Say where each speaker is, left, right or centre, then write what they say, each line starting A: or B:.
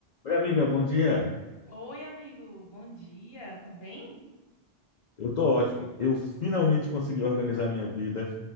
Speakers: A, on the left; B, on the left.
A: Oi, amiga, bom dia.
B: Oi, amigo, bom dia, tá bem?
A: Eu tô ótimo. Eu finalmente consegui organizar minha vida,